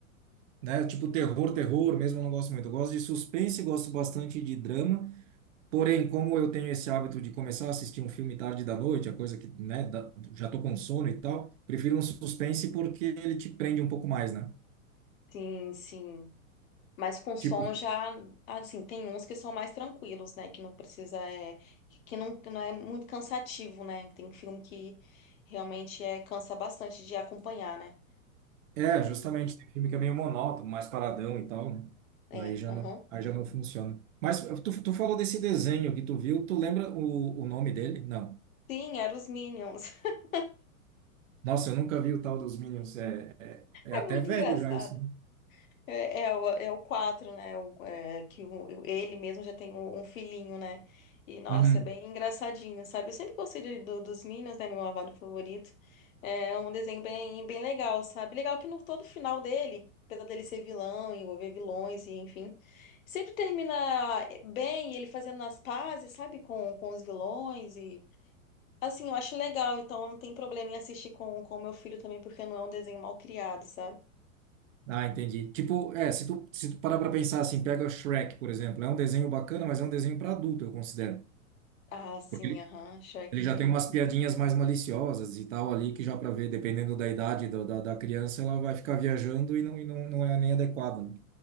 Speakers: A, on the right; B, on the left.
A: né? Tipo terror, terror mesmo, eu não gosto muito. Eu gosto de suspense, gosto bastante de drama. Porém, como eu tenho esse hábito de começar a assistir um filme tarde da noite, a coisa que, né, dá- já tô com sono e tal, prefiro um suspense porque ele te prende um pouco mais, né?
B: Sim, sim. Mas com sono
A: Tipo,
B: já, assim, tem uns que são mais tranquilos, né? Que não precisa, é, que não, que não é muito cansativo, né? Tem filme que realmente é, cansa bastante de acompanhar, né?
A: é, justamente, tem filme que é meio monótono, mais paradão e tal, né?
B: É,
A: Aí já
B: aham.
A: não, aí já não funciona. Mas tu, tu falou desse desenho que tu viu, tu lembra o, o nome dele? Não.
B: Sim, eram os Minions. <laughs>
A: Nossa, eu nunca vi o tal dos Minions, é, é
B: É
A: até
B: muito
A: velho
B: engraçado.
A: já isso. né?
B: É, é, o, é o quatro né? O- é, que o- ele mesmo já tem um, um filhinho, né? E, nossa,
A: Uhum.
B: é bem engraçadinho, sabe? Eu sempre gostei de- do, dos Minions, né? Meu malvado favorito. É um desenho bem, bem legal, sabe? Legal que no todo final dele, apesar dele ser vilão, envolver vilões e enfim, sempre termina eh, bem ele fazendo as pazes, sabe? Com, com os vilões e... Assim, eu acho legal, então não tem problema em assistir com com o meu filho também, porque não é um desenho mal criado, sabe?
A: Ah, entendi. Tipo, é, se tu, se tu parar pra pensar assim, pega Shrek, por exemplo, é um desenho bacana, mas é um desenho pra adulto, eu considero.
B: Ah, sim,
A: Porque ele,
B: aham. Shrek.
A: ele já tem umas piadinhas mais maliciosas e tal ali, que já pra ver, dependendo da idade do- da, da criança, ela vai ficar viajando e não, e não, não é nem adequado, né?